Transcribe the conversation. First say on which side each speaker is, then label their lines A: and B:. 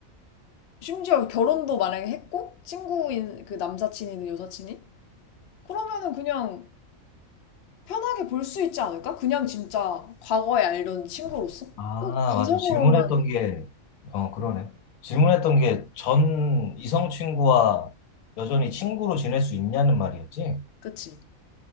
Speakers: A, on the left; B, on the left.
A: 심지어 결혼도 만약에 했고, 친구인, 그 남사친이든 여사친이? 그러면은 그냥 편하게 볼 수 있지 않을까? 그냥 진짜 과거에 알던 친구로서?
B: 아,
A: 꼭 이성으로만,
B: 맞아. 질문했던 게, 어, 그러네. 질문했던 게 전 이성 친구와 여전히 친구로 지낼 수 있냐는 말이었지?
A: 그치?